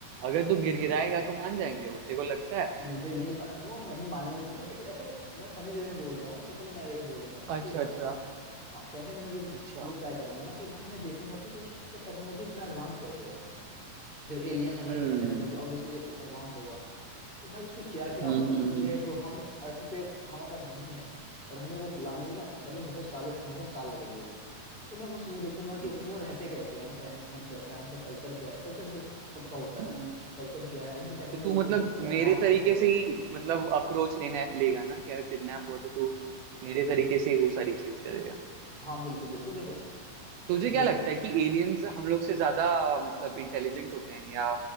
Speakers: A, in the centre; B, on the right.
A: हाँ
B: अगर तू
A: वे-
B: गिड़गिड़ाएगा तो मान जाएंगे वो तेरे को लगता है
A: मुझे नहीं पता वो नहीं मानेंगे फिर भी एक ऐसे मैं फनी वे में बोल रहा हूँ कि चलो मैं यही बोलूंगा
B: अच्छा
A: ठीक है अर्थ
B: अच्छा
A: हाँ सेकंड में ये
B: अच्छा
A: ये ट्राई करूंगा ना कि भाई मैं देखूंगा कि बस उसका टेक्नोलॉजी इतना एडवांस कैसे है देखो एलियन है भाई
B: हम्म
A: उनका टेक्नोलॉजी ऑब्वियसली एडवांस्ड होगा तो भाई उसमें क्या क्या
B: हम्म
A: मतलब
B: हम्म
A: चीजें हैं जो हम अर्थ पे हमारे पास नहीं है और हमें वो लाने में ना मतलब बहुत साल बहुत साल लगेंगे वो तो मैं बस वो देखूंगा कि
B: हम्म,
A: उन वो रहते कैसे हैं उनका रहन सहन कैसा है उनका कल्चर क्या है कल्चर तो सबका होता
B: हम्म,
A: है
B: हम्म।
A: कल्चर क्या है उनकी टेक्नोलॉजी
B: तो तू मतलब
A: इतनी
B: मेरे
A: एडवांस्ड
B: तरीके
A: कैसे
B: से
A: है
B: ही मतलब अप्रोच लेना लेगा ना कि अगर किडनैप
A: हाँ
B: हो तो तू मेरे तरीके से ही वो सारी चीज करेगा
A: हाँ बिल्कुल बिल्कुल देखो तो
B: तुझे क्या
A: देखो
B: लगता है कि एलियंस हम लोग से ज्यादा मतलब इंटेलिजेंट होते हैं या